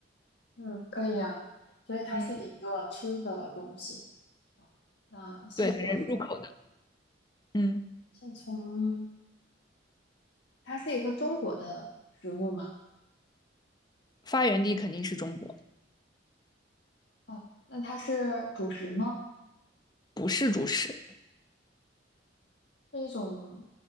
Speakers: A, on the left; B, on the left.
A: 嗯，可以呀、所以它是一个吃的东西。
B: 嗯，
A: 好，那先我先
B: 对，反正入口的，嗯，
A: 先从，它是一个中国的食物吗？
B: 发源地肯定是中国，
A: 哦，那它是主食吗？
B: 不是主食。
A: 是一种